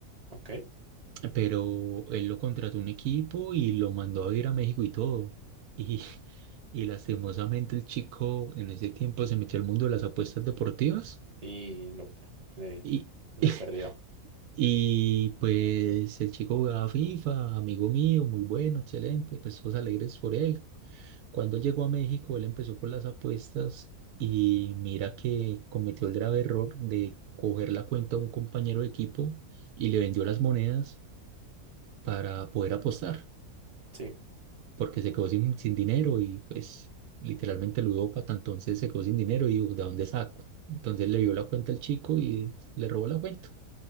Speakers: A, on the right; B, on the right.
A: ¿ok?
B: pero él lo contrató un equipo y lo mandó a ir a México y todo. <laughs> Y, y lastimosamente el chico en ese tiempo se metió al mundo de las apuestas deportivas
A: Y lo, le,
B: y,
A: le
B: <laughs>
A: perdió,
B: Y pues el chico jugaba FIFA, amigo mío, muy bueno, excelente, pues todos alegres por él. Cuando él llegó a México, él empezó con las apuestas y mira que cometió el grave error de coger la cuenta de un compañero de equipo y le vendió las monedas para poder apostar,
A: sí.
B: porque se quedó sin, sin dinero y pues literalmente ludópata, entonces se quedó sin dinero y dijo, ¿de dónde saco? Entonces le dio la cuenta al chico y le robó la cuenta,